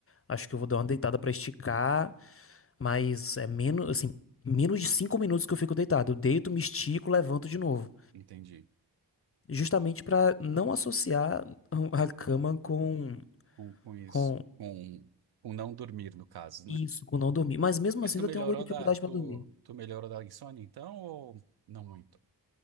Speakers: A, on the left; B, on the right.
A: Acho que eu vou dar uma deitada pra esticar, mas é menos, assim, menos de cinco minutos que eu fico deitado. Eu deito, me estico, levanto de novo.
B: Entendi.
A: Justamente pra não associar <laughs> a cama com,
B: Com, com isso.
A: com
B: Com, com não dormir, no caso,
A: isso,
B: né?
A: com não dormir. Mas mesmo
B: Mas
A: assim,
B: tu
A: eu
B: melhorou
A: tenho alguma dificuldade
B: da, tu,
A: pra dormir.
B: tu melhorou da insônia, então, ou não muito?